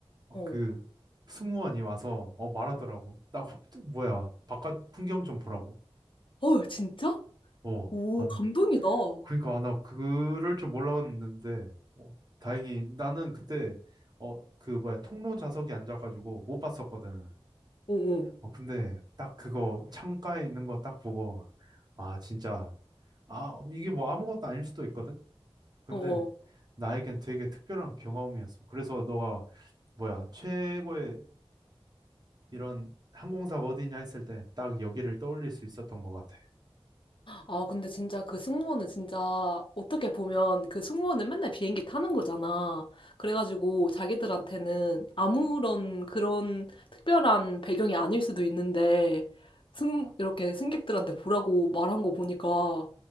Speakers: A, on the right; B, on the left.
A: 어,
B: 어.
A: 그 승무원이 와서 어 말하더라고. 나 호- 뭐야 바깥 풍경 좀 보라고.
B: 헐, 진짜?
A: 어,
B: 오,
A: 아, 나
B: 감동이다. 어,
A: 그러니까 아, 나 그럴 줄 몰랐는데 어, 다행히 나는 그때 어 그 뭐야 통로 좌석에 앉아가지고 못 봤었거든.
B: 어, 어.
A: 어 근데 딱 그거 창가에 있는 거 딱 보고 아 진짜 아 이게 뭐 아무것도 아닐 수도 있거든. 근데
B: 어, 어.
A: 나에겐 되게 특별한 경험이었어. 그래서 너가 뭐야 최고의 이런 항공사가 어디냐 했을 때 딱 여기를 떠올릴 수 있었던 것 같아.
B: 아, 근데 진짜 그 승무원은 진짜 어떻게 보면 그 승무원은 맨날 비행기 타는 거잖아. 그래가지고 자기들한테는 아무런 그런 특별한 배경이 아닐 수도 있는데 승, 이렇게 승객들한테 보라고 말한 거 보니까